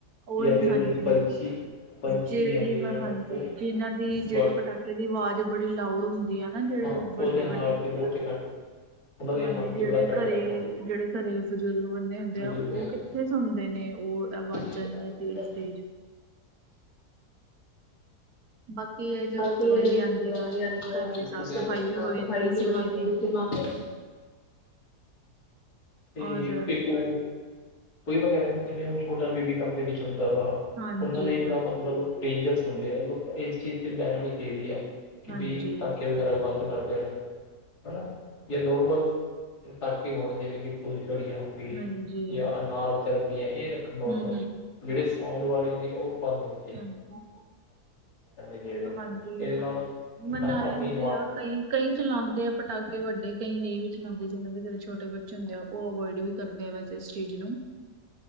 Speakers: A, on the right; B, on the left.
A: ਉਹੀ
B: ਜਾਂ ਫਿਰ
A: ਹਾਂਜੀ
B: ਜਿਵੇਂ ਪੰਛੀ ਪੰਛੀ
A: ਜਿਹੜੀ
B: ਹੈਗੇ
A: ਮੈਂ
B: ਆ
A: ਹਾਂਜੀ
B: ਉਹ
A: ਜਿਨਾਂ ਦੀ ਜਿਹੜੇ
B: ਬਸ
A: ਪਟਾਕੇ ਦੀ ਆਵਾਜ਼ ਬੜੀ ਲਾਊਡ ਹੁੰਦੀ ਆ ਨਾ ਜਿਹੜੇ
B: ਹਾਂ
A: ਵੱਡੇ
B: ਉਹਦੇ ਹਾਰਟ
A: ਵੱਡੇ ਹੁੰਦੇ
B: ਤੇ ਬਹੁਤ
A: ਆ
B: ਇਫੈਕਟ ਉਹਨਾਂ ਦੇ
A: ਹਾਂਜੀ,
B: ਹਾਰਟ
A: ਜਿਹੜੇ
B: ਤੇ ਬੜਾ ਇਫੈਕਟ
A: ਘਰੇ
B: ਕਰਦਾ
A: ਜਿਹੜੇ ਘਰੇ ਬਜ਼ੁਰਗ ਬੰਦੇ ਹੁੰਦੇ
B: ਬਜ਼ੁਰਗ
A: ਆ ਉਹ
B: ਹੈਗੇ
A: ਕਿੱਥੇ।
B: ਆ
A: ਸੁਣਦੇ ਨੇ ਉਹ ਆਵਾਜ਼ਾਂ
B: ਫਟਾਫਟ
A: ਦੀ ਤੇਜ ਤੇਜ ਬਾਕੀ ਇਹ ਜਦੋਂ
B: ਬਾਕੀ
A: ਦੀਵਾਲੀ
B: ਇਹ ਜਦੋਂ
A: ਆਉਂਦੀ
B: ਦੀਵਾਲੀ
A: ਆ
B: ਆਉਂਦੀ ਆ
A: ਦੀ
B: ਘਰ
A: ਸਾਫ਼ ਸਫ਼ਾਈ
B: ਦੀ
A: ਵੀ
B: ਸਾਫ਼
A: ਹੋ ਜਾਂਦੀ
B: ਸਫ਼ਾਈ ਵੀ
A: ਇਸੀ
B: ਹੋ ਜਾਂਦੀ
A: ਬਹਾਨੇ
B: ਇਸੀ ਬਹਾਨੇ। ਤੇ
A: ਔਰ
B: ਦੇਖੋ ਕੋਈ ਮੈਂ ਕਹਿ ਰਿਹਾ ਜਿਵੇਂ ਹੁਣ ਛੋਟਾ ਬੇਬੀ ਘਰ ਦੇ ਵਿੱਚ ਹੁੰਦਾ ਵਾ।
A: ਹਾਂਜੀ
B: ਉਹਨਾਂ ਲਈ ਬੜਾ ਮਤਲਬ ਡੇਂਜਰਸ ਹੁੰਦੇ ਆ ਲੋਕ ਇਸ ਚੀਜ਼ ਤੇ ਬਹਿਨ ਹੋਣੀ ਚਾਹੀਦੀ ਹੈ ਕਿ
A: ਹਾਂਜੀ
B: ਬਈ ਪਟਾਕੇ ਵਗੈਰਾ ਬੰਦ ਕਰ ਦੇਣੇ ਹਨਾ ਜੇ ਨੋਰਮਲ ਤੱਕ ਹੋਣ ਜਿਵੇਂ ਕਿ ਫੁਲਝੜੀਆਂ ਹੋ ਗਈ
A: ਹਾਂਜੀ
B: ਜਾਂ ਅਨਾਰ ਝਰਕੜੀਆਂ ਇਹ ਰੱਖ ਨੋਰਮਲ
A: ਹਮ
B: ਜਿਹੜੇ ਸਾਊਂਡ ਵਾਲੇ ਨੇ ਉਹ ਬੰਦ ਹੋ ਜਾਣ।
A: ਹਾਂਜੀ।
B: ਚਾਹੀਦੇ
A: ਹਾਂਜੀ
B: ਇਹਦੇ ਨਾਲ
A: ਮਨਾਉਂਦੇ
B: ਹਨਾ ਆਪਣੀ ਇਨਵਾ
A: ਆ ਕਈ। ਕਈ ਚਲਾਉਂਦੇ ਆ ਪਟਾਕੇ ਵੱਡੇ ਕਈ ਨਹੀਂ ਵੀ ਚਲਾਉਂਦੇ ਜਿਹਨਾਂ ਦੇ ਘਰੇ ਛੋਟੇ ਬੱਚੇ ਹੁੰਦੇ ਆ ਉਹ ਉਹ ਅਵੋਇਡ ਵੀ ਕਰਦੇ ਆ, ਵੈਸੇ ਇਸ ਚੀਜ਼ ਨੂੰ